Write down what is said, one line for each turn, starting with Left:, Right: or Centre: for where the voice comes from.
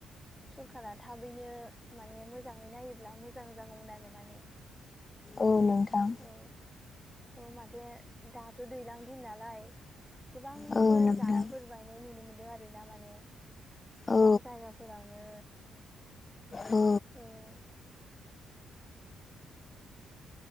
Centre: सरखारा थाबैनो माने मोजाङै नायोब्ला मोजां जागौमोन आरो माने
Left: औ नोंथां
Centre: औ औ माथो दाथ' दैलां दिन नालाय गोबांफोर
Left: औ नोंथां
Centre: दालांफोर बायनाय नुनो मोन्दों आरो ना माने गोबां
Left: औ
Centre: जायगाफोरावनो
Left: औ
Centre: औ